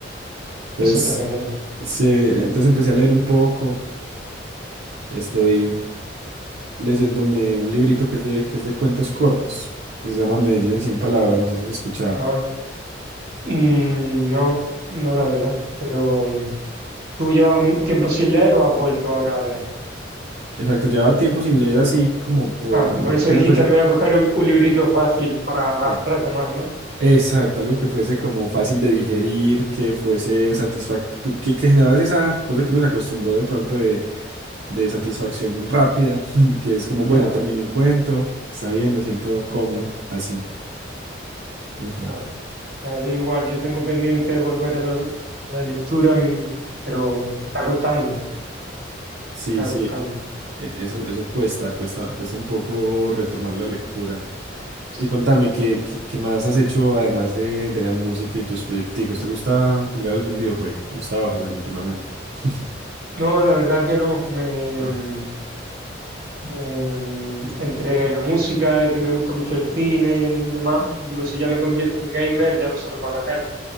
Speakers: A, on the right (about 70°); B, on the right (about 50°).
A: Entonces,
B: eso está genial.
A: sí, entonces empecé a leer un poco. Estoy leyéndome un librito que es de, que es de cuentos cortos, que se llama Medellín en 100 palabras, no sé si se escuchaba.
B: Ah, mm, no, no la verdad, pero mm, ¿tú llevabas tiempo sin leer o has vuelto ahora a leer?
A: Exacto, llevaba tiempo sin leer así como por...
B: Ah, y por eso
A: que
B: dijiste,
A: no fuese...
B: me voy a coger un, un librito fácil para
A: eh,
B: retomar, ¿no?
A: Exacto, algo que fuese como fácil de digerir, que fuese satisfactorio, que, que generase esa cosa que nos acostumbró de pronto de, de satisfacción rápida, <laughs> que es como,
B: Ya,
A: bueno, terminé un cuento, está bien, me siento cómodo, así. Ujú.
B: claro. Ya, igual, yo tengo pendiente volver a la, a la lectura, mm, pero está costando,
A: Sí,
B: está
A: sí,
B: costando.
A: e- eso, eso cuesta, cuesta, cuesta un poco retomar la lectura.
B: Sí.
A: Y contame, ¿qué, qué, qué más has hecho además de, de la música y tus proyecticos? ¿Te gusta jugar algún videojuego? Yo estaba jugando últimamente. <laughs>
B: No, la verdad que no. Me,
A: No.
B: mm, Eh, entre la música y que me gusta mucho el cine y demás, digo, si ya me convierto en gamer, ya no salgo a la calle.